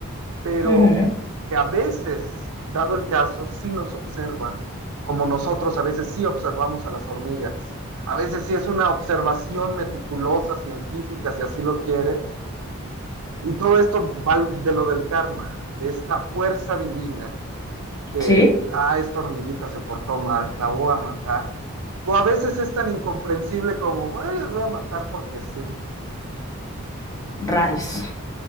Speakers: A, on the right; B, on the left.
A: pero
B: ujú,
A: que a veces, dado el caso, sí nos observan, como nosotros a veces sí observamos a las hormigas. A veces sí es una observación meticulosa, científica, si así lo quieres, y todo esto va de lo del karma, de esta fuerza divina que,
B: Sí,
A: ah, esta hormiguita se portó mal, la voy a matar. O a veces es tan incomprensible como, bueno, les voy a matar porque sí.
B: rayos.